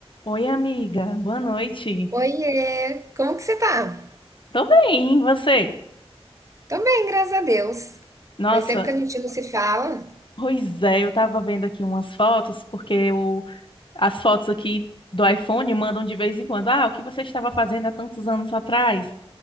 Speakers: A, on the left; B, on the right.
A: Oi, amiga. Boa noite.
B: Oiê, como que você tá?
A: Tô bem, e você?
B: Tô bem, graças a Deus.
A: Nossa,
B: Faz tempo que a gente não se fala.
A: pois é, eu tava vendo aqui umas fotos, porque o, as fotos aqui do iPhone mandam de vez em quando. Ah, o que você estava fazendo há tantos anos atrás?